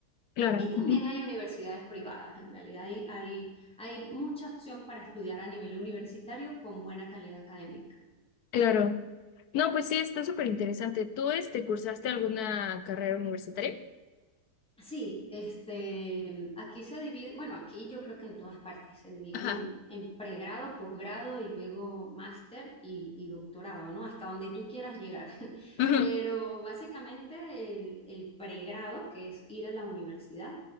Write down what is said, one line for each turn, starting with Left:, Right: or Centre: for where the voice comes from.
Left: Claro,
Centre: y
Left: ujú,
Centre: también hay universidades privadas, en realidad hay, hay, hay mucha opción para estudiar a nivel universitario con buena calidad académica.
Left: claro. No, pues sí, está súper interesante. ¿Tú este, cursaste alguna carrera universitaria?
Centre: Sí, este, aquí se divide, bueno, aquí yo creo que en todas partes se dividen
Left: Ajá.
Centre: en, en pregrado, posgrado y luego máster y, y doctorado, ¿no? Hasta donde tú quieras llegar. <laughs>
Left: ujú.
Centre: Pero básicamente el, el pregrado, que es ir a la universidad,